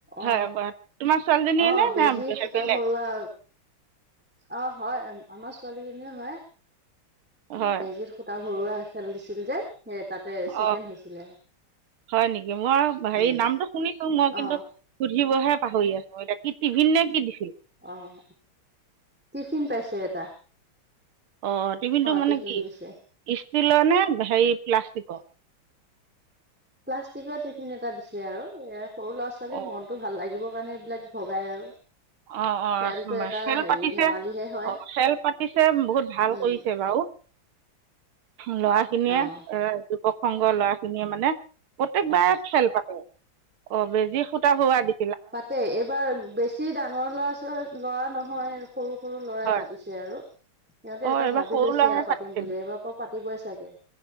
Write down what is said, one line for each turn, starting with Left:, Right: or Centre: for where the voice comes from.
Centre: অ,
Right: হয় তোমাৰ ছোৱালীজনীয়ে
Centre: আহ
Right: নে
Centre: বেজি
Right: নে
Centre: সূতা
Right: বেলেগ
Centre: ভৰুৱা। অ হয় আমাৰ ছোৱালীজনজনীয়েও হয়।
Right: হয়
Centre: বেজিত সূতা। ঘৰুৱা খেল দিছিল যে। সেই তাতে
Right: অ,
Centre: ছেকেণ্ড হৈছিলে
Right: হয় নেকি মই হেৰি
Centre: উম
Right: নামটো শুনিছো মই
Centre: অ
Right: কিন্তু সুধিবহে। পাহৰি আছো এতিয়া কি টিভিন নে কি দি।
Centre: অঁ টিফিন পাইছে এটা
Right: অ টিভিনটো মানে
Centre: টিফিন
Right: কি
Centre: দিছে
Right: ষ্টিলৰ নে হেৰি প্লাষ্টিকৰ
Centre: প্লাষ্টিকৰ টিফিন এটা দিছে আৰু এয়া সৰু ল'ৰা ছোৱালীৰ
Right: অ
Centre: মনটো ভাল লাগিব সেইটোকাৰনে এইবিলাক ভগাই আৰু
Right: অ অ
Centre: খেলটো এটা
Right: খেল
Centre: হেৰি
Right: পাতিছে
Centre: ধেমালিহে হয়
Right: অ খেল পাতিছে বহুত ভাল
Centre: উম,
Right: কৰিছে বাৰু ল'ৰা খিনিয়ে
Centre: অ',
Right: এ যুৱক সংগ ল'ৰা খিনিয়ে মানে প্ৰত্যেকবাৰে
Centre: অ'।
Right: খেল পাতে। অ বেজি- সূতা ভৰোৱা দি
Centre: পাতে এইবাৰ বেছি ডাঙৰ ল'ৰা ছো ৱালী ল'ৰা নহয় সৰু সৰু ল'ৰাই
Right: হয়
Centre: পাতিছে আৰু সিহতে
Right: অ
Centre: এটা
Right: এইবাৰ
Centre: ভাবি
Right: সৰু
Centre: লৈছে
Right: ল'ৰাই
Centre: আৰু
Right: পাতিছিল
Centre: পাতিম বুলি এবাৰ পৰা পাতি দিবই চাগে